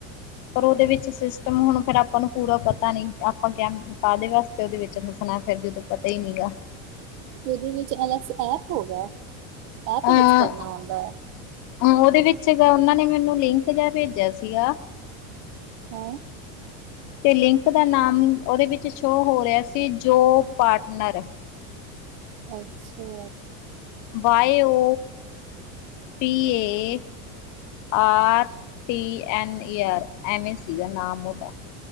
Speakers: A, on the left; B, on the right.
A: ਪਰ ਉਹਦੇ ਵਿੱਚ ਸਿਸ ਹੁਣ ਫਿਰ ਆਪਾਂ ਨੂੰ ਪੂਰਾ ਪਤਾ ਨੀ ਆਪਾਂ ਕਯਾ ਕਾਹਦੇ ਵਾਸਤੇ ਉਹਦੇ ਵਿੱਚ ਹੱਸਣਾ ਫਿਰ ਜਦੋਂ ਪਤਾ ਹੀ ਨੀ ਗਾ।
B: ਉਹਦੇ ਵਿੱਚ ਅਲੱਸ ਐਪ ਹੋਗਾ? ਇਹ ਤੇ
A: ਅ
B: ਵਿੱਚ ਕਰਨਾ ਆਉਂਦਾ ਹੈ।
A: ਉਹਦੇ ਵਿੱਚਗਾ ਉਹਨਾਂ ਨੇ ਮੈਨੂੰ ਲਿੰਕ ਜਾ ਭੇਜਿਆ ਸੀਗਾ।
B: ਹੂੰ।
A: ਤੇ ਲਿੰਕ ਦਾ ਨਾਮ ਉਹਦੇ ਵਿੱਚ ਸ਼ੋਅ ਹੋ ਰਿਹਾ ਸੀ ਜੋ ਪਾਰਟਨਰ
B: ਅੱਛਾ
A: ਵਾਇਓ P A R T N E R ਐਵੇ ਸੀਗਾ ਨਾਮ ਓਹਦਾ